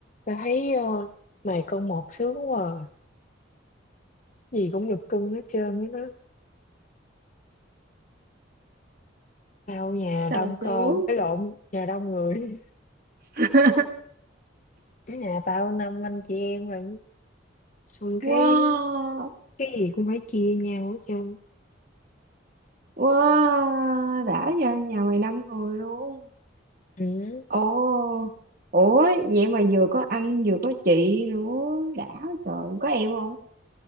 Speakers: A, on the left; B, on the right.
A: Tao thấy ờ, mày con một sướng quá à. Gì cũng được cưng hết trơn á đó. Tao nhà
B: xào
A: đông
B: xú
A: con, cái lộn, nhà đông người.
B: <laughs>
A: <laughs> Cái nhà tao năm anh chị em lận. Xong
B: wow
A: cái cái gì cũng phải chia nhau hết trơn.
B: wow đã giờ nhà mày năm người luôn
A: Ừ.
B: ồ ủa vậy mà vừa có anh vừa có chị nữa đã trời có em không